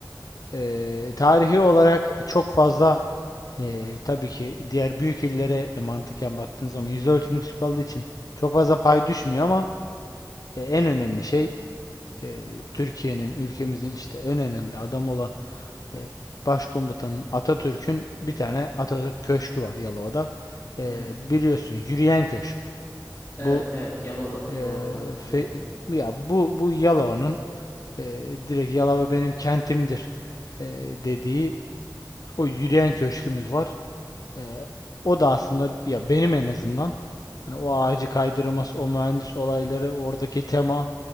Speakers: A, on the left (about 55°); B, on the left (about 30°).
A: Ee, tarihi olarak çok fazla ee, tabii ki diğer büyük illere e, mantıken baktığın zaman yüz ölçümü küçük olduğu için çok fazla pay düşmüyor ama e, en önemli şey e, Türkiye'nin, ülkemizin işte en önemli adamı olan e, Başkomutanın Atatürk'ün bir tane Atatürk Köşkü var Yalova'da. Ee,
B: Hmm.
A: biliyorsun Yürüyen Köşk.
B: Evet
A: Bu
B: evet Yalova'da
A: e,
B: doğru hatırlıyorum.
A: fe- ya bu bu Yalova'nın e, direkt Yalova benim kentimdir e, dediği o yürüyen köşkümüz var. E,
B: <laughs>
A: o da aslında ya benim en azından hani o ağacı kaydırması, o mühendis olayları, oradaki tema